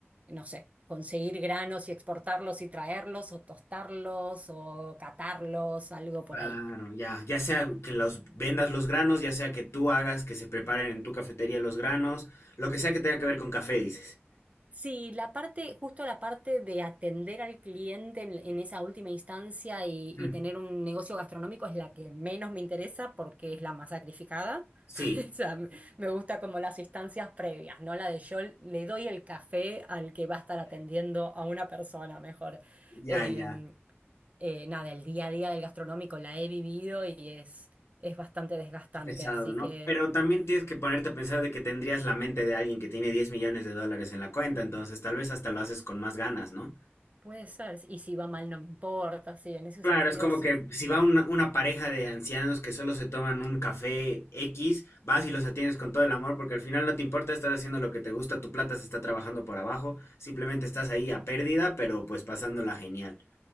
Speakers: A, on the right; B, on the left.
A: no sé, conseguir granos y exportarlos y traerlos, o tostarlos, o catarlos, algo por
B: Claro,
A: ahí.
B: ya, ya sea que los vendas los granos, ya sea que tú hagas que se preparen en tu cafetería los granos, lo que sea que tenga que ver con café, dices.
A: Sí, la parte, justo la parte de atender al cliente en, en esa última instancia y,
B: Mm,
A: y tener un negocio gastronómico es la que menos me interesa porque es la más sacrificada.
B: Sí,
A: <laughs> O sea, me me gusta como las instancias previas, ¿no? La de yo le doy el café al que va a estar atendiendo a una persona mejor.
B: ya,
A: Eh,
B: ya,
A: eh, nada, el día a día del gastronómico la he vivido y es, es bastante desgastante,
B: es pesado,
A: así
B: ¿no?
A: que
B: Pero también tienes que ponerte a pensar de que tendrías la mente de alguien que tiene 10 millones de dólares en la cuenta, entonces tal vez hasta lo haces con más ganas, ¿no?
A: puede ser. Y si va mal no me importa, sí, en ese
B: Claro,
A: sentido
B: es como
A: sí.
B: que si va una, una pareja de ancianos que solo se toman un café X, vas y los atiendes con todo el amor, porque al final no te importa, estás haciendo lo que te gusta, tu plata se está trabajando por abajo, simplemente estás ahí a pérdida, pero pues pasándola genial.